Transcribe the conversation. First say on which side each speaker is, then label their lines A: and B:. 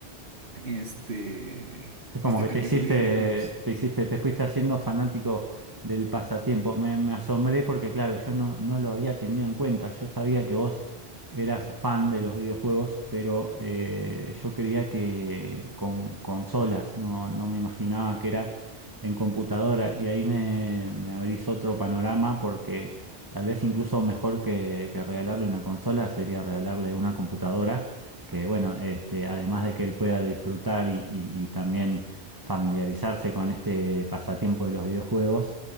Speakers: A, on the right (about 75°); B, on the right (about 20°).
A: Este,
B: Es como
A: esta
B: que
A: categoría
B: te hiciste,
A: de juegos.
B: te hiciste, te fuiste haciendo fanático del pasatiempo. Me, me asombré porque, claro, yo no, no lo había tenido en cuenta. Yo sabía que vos eras fan de los videojuegos, pero eh, yo creía que con consolas, no, no me imaginaba que era en computadora. Y ahí me, me abrís otro panorama porque tal vez incluso mejor que, que regalarle una consola sería regalarle una computadora, que bueno, este, además de que él pueda disfrutar y, y- y también familiarizarse con este pasatiempo de los videojuegos,